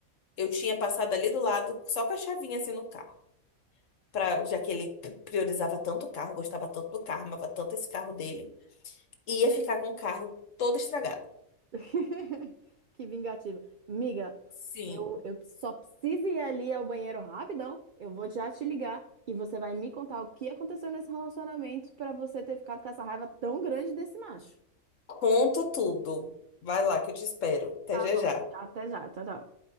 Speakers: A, on the left (about 60°); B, on the right (about 80°).
A: eu tinha passado ali do lado só com a chavinha assim no carro. Pra, já que ele priorizava tanto o carro, gostava tanto do carro, amava tanto esse carro dele. Ia ficar com o carro todo estragado.
B: <laughs> Que vingativo. Miga,
A: Sim.
B: eu, eu só preciso ir ali ao banheiro rapidão. Eu vou já te ligar e você vai me contar o que aconteceu nesse relacionamento para você ter ficado com essa raiva tão grande desse macho.
A: Conto tudo. Vai lá que eu te espero. Até
B: Tá
A: já
B: bom.
A: já.
B: Até já. Tchau, tchau.